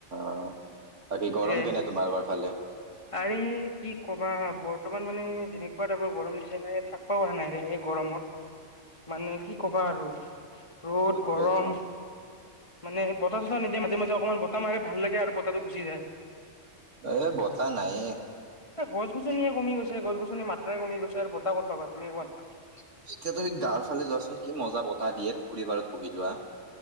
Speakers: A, on the right (about 70°); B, on the left (about 25°).
A: অ বাকী
B: সেইটোয়ে
A: গৰম কেনে তোমালোকৰ ফালে?
B: আৰে কি কবা বৰ বৰ্তমান মানে যেনেকুৱা টাইপৰ গৰম যে নাই থাকব পৰা নাই এই গৰমত। মানে কি ক'বা আৰু ৰ'দ
A: সেইটোয়েতো
B: গৰম। মানে বতাহ চতাহ নিদিয়ে মাজে মাজে অকণমান বতাহ মাৰে ভাল লাগে আৰু বতাহটো গুচি যায়।
A: এ বতাহ নাইয়ে
B: এ গছ গছনিয়ে কমি গৈছে গছ গছনিৰ মাত্ৰাই কমি গৈছে আৰু বতাহ কত পাবা তুমি কোৱাচোন।
A: এতিয়া তুমি গাঁৱৰ ফালে যোৱাচোন কি মজা বতাহ দিয়ে পুখুৰী বাৰত বহি লোৱা।